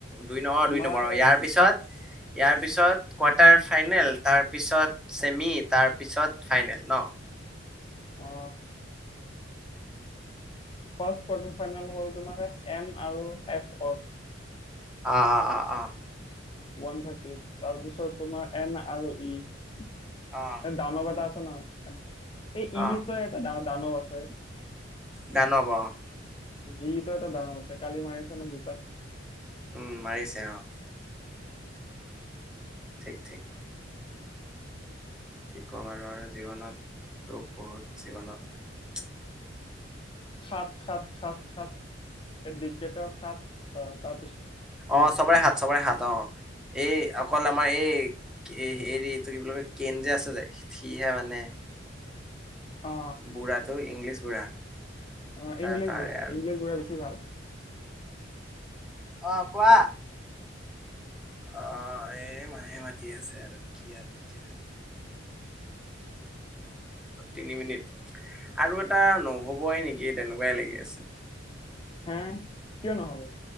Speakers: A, in the centre; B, on the left.
A: দুই নম
B: তোমাৰ
A: দুই নম্বৰ ইয়াৰ পিছত ইয়াৰ পিছত কোৱাৰ্টাৰ ফাইনেল তাৰপিছত চছেমি তাৰপিছত ফাইনেল ন
B: অ ফাৰ্ষ কোৱাৰ্টাৰ ফাইনেল হ'ল তোমাৰ এম আৰু এফ অ
A: অ অ অ অ
B: ওান থাৰট তাৰপিছত তোমাৰ এন আৰু ই
A: অ
B: ডনৰ এটা ন এই
A: অ
B: ইটো এটা ডা দানৱ আছে
A: গান হব
B: ইটো এটা দান আছে কালি মাৰিছে ন দুটাাৰ
A: উম মাৰিছে অ ঠিক ঠিক কি ক'ম আৰু আৰু জীৱনত দুখ বহুত জীৱনত
B: খাত খাত খাত খাত এই ডটৰ খাত তাৰ
A: অ চবৰে হাত চবৰে হাত অ এই অকল আমাৰ এই হেৰিটো কি বুলি কয় কেন যেে আছে যে সিহে মানে
B: অ
A: বুঢ়াটোো ইংলিছ বুঢ়া
B: অ
A: ত
B: ইংলিছ
A: তাৰে
B: বুঢ়া ইংলিছ বুঢ়া বেছি ভাল
A: আহ কোৱা অ এই মাহে মাতি আছে আৰু কি আৰু এতিয়া তিনি মিনিট আৰু এটা ন হ'বই নেকি তেনেকুৱাই লাগি আছে
B: হা কিয় নহব